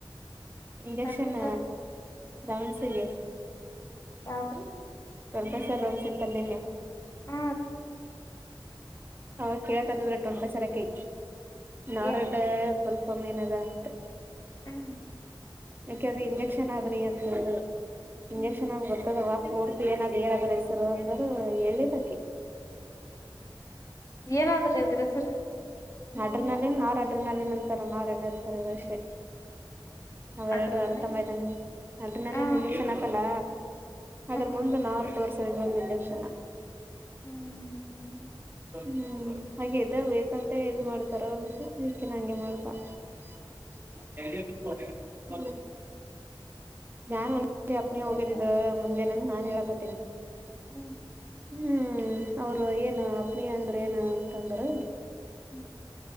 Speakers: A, on the right (about 25°); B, on the left (about 35°).
A: ಇಂಜೆಕ್ಷನ್
B: ಅಂಟತಾರ
A: ೌನ್ಸಿಗೆ
B: ಆದ್ರೆ
A: ಪ್ರೊಫೆಸರ್ ರೋಮ್ಸ ಇತ್ತ ನಿನ್ನ
B: ಆ
A: ಅವಾಗ ಕೇಳಕತಿದ್ರ ಟೊಲ್ಪ ಚರಕೈ ನಾರಡ್ಡಲ್
B: ಏನಂದ್ರಿ
A: ಅಪ್ಪ ಮೇನದ ಅಂತ
B: ಹ್ಮ್
A: ಯಾಕೆದು ಇಂಜೆಕ್ಷನ್ ಆದ್ರಿ ಅಂತ ಹೇಳ ಇಂಜೆಕ್ಷನ್
B: ಹ್ಮ್
A: ಆದ ಗೊತ್ತದವ ಪೂರ್ತಿ ಏನಾದ್ ಹೇಳದ್ರ ಹೆಸರು ಅಂದ್ರ ಎಲಕ್ಕ
B: ಏನಾದ್ರೆ ಅದ್ರ ಹೆಸರು
A: ನಡ್ರನಲ್ಲಿ ನಾವ್ರ ಅಡ್ರನಲ್ಲಿನ್ ಅಂತಾರ ನಾವ್ ಅಡ್ರ ಅಂತಾರ ಇವರುಷ್ಟೆ ಅವೆರಡು
B: ಅಡ್ರ
A: ಅಡು
B: ಹ್ಮ್
A: ತಂಬೈತ ಅಡ್ರ ನ
B: ಹ್ಮ್
A: ಇಂಜೆಕ್ಷನ್ ಹಾಕಲ್ಲ ಅದ್ರ
B: ಹ್ಮ್
A: ಮುಂದ ನಾರು ತೋರ್ಸುದಗ ಒಂದು ಇಂಜೆಕ್ಷನ್
B: ಹ್ಮ್್ಮ
A: ಹ್ಮ್ ಹಾಗೆದ ಬೇಕಂತ ಹೆಗ್ ಮಾಡ್ತಾರ ಒಂದಸ ಇದಕೆ ನ ಹಂಗೆ ಮಾಡ್ತ <unintelligible> ನಾನ್ ಒಂದ ಅಪ್ನ ಹೋಗದಿದ್ದ ಮುಂದೆನಂದು ನಾನ್ ಹೇಳಕತ್ತೇನಿ
B: <inaudible>
A: ಹ್ಮ್ ಅವರು ಏನು ಅಪ್ನಿ ಅಂದ್ರ ಏನ ಅಂತಂದರು
B: ಹ್ಮ್